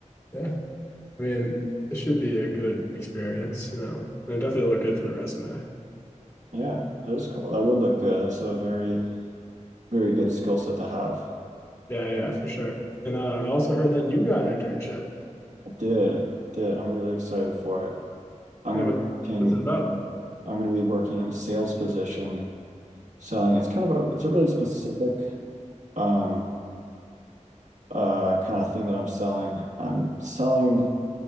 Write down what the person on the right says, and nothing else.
Yeah, that is cool. That would look good. That's a very, very good skill set to have.
I did. I did. I'm really excited for it. I'm
going
to be working
in, I'm going to be working in a sales position selling. It's kind of a, it's a really specific um uh kind of thing that I'm selling. I'm selling